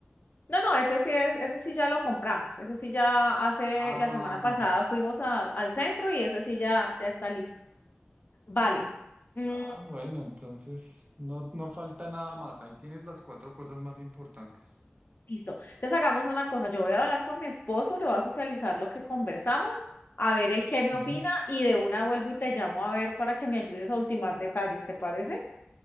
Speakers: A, on the left; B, on the right.
A: No, no, ese sí es, ese sí ya lo compramos. Ese sí ya hace
B: Ah,
A: la semana pasada fuimos al al centro y ese sí ya, ya está listo. Vale.
B: no,
A: mm,
B: bueno, entonces no, no falta nada más. Ahí tienes las cuatro cosas más importantes.
A: Listo. Entonces hagamos una cosa. Yo voy a hablar con mi esposo, le voy a socializar lo que conversamos, a ver el qué me
B: Ujú.
A: opina y de una vuelvo y te llamo a ver para que me ayudes a ultimar detalles, ¿te parece?